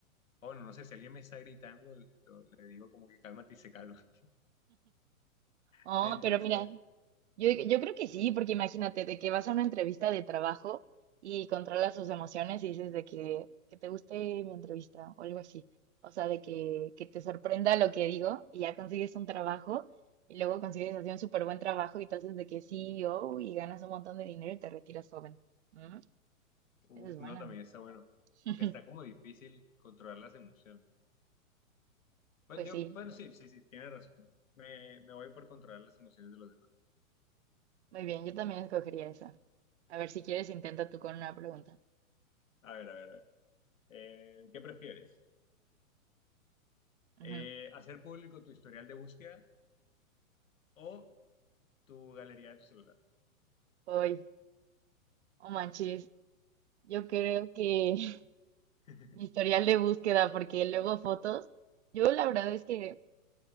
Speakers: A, on the left (about 70°); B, on the right (about 55°).
A: O bueno, no sé, si alguien me está gritando, lo- le digo como que cálmate y se calma. <laughs>
B: Oh,
A: Entonces,
B: pero mira, yo, yo creo que sí, porque imagínate de que vas a una entrevista de trabajo y controlas tus emociones y dices de que, que te guste mi entrevista o algo así. O sea, de que, que te sorprenda lo que digo y ya consigues un trabajo y luego consigues así un súper buen trabajo y te haces de que CEO y ganas un montón de dinero y te retiras joven. Mm,
A: uf,
B: Esa es buena.
A: no, también está bueno.
B: <laughs>
A: Aunque está como difícil controlar las emociones. Pues
B: Pues
A: yo,
B: sí.
A: bueno, sí, sí, sí, tienes razón. Me, me voy por controlar las emociones de los demás.
B: Muy bien, yo también escogería esa. A ver, si quieres, intenta tú con una pregunta.
A: A ver, a ver, a ver. Eh, ¿qué prefieres? Eh,
B: Ujú.
A: ¿hacer público tu historial de búsqueda o tu galería de tu celular?
B: Hoy, oh manches, yo creo que <laughs>
A: <laughs>
B: mi historial de búsqueda, porque luego fotos, yo la verdad es que